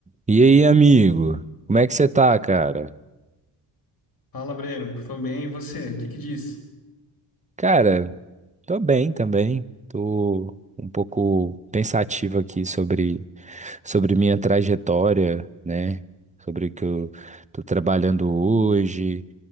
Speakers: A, on the right; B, on the left.
A: E aí, amigo? Como é que você tá, cara?
B: Fala, Breno. Tô bem, e você? O que que diz?
A: Cara, tô bem também. Tô um pouco pensativo aqui sobre, sobre minha trajetória, né? Sobre o que eu tô trabalhando hoje